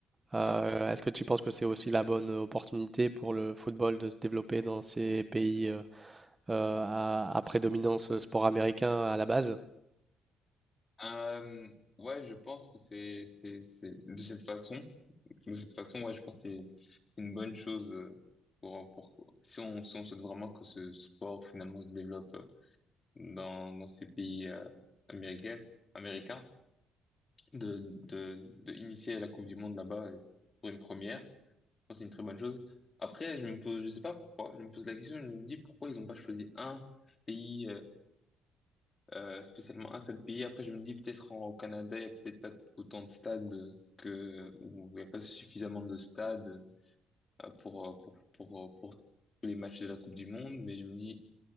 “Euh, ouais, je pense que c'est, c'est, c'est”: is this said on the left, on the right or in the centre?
Left